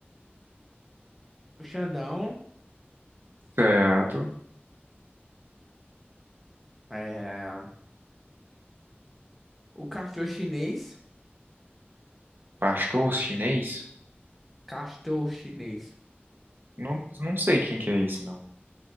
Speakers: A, in the centre; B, on the right (about 60°).
A: O Xandão,
B: Certo.
A: é, o castor chinês,
B: Pastor chinês?
A: castor chinês.
B: Não, não sei quem que é esse, não.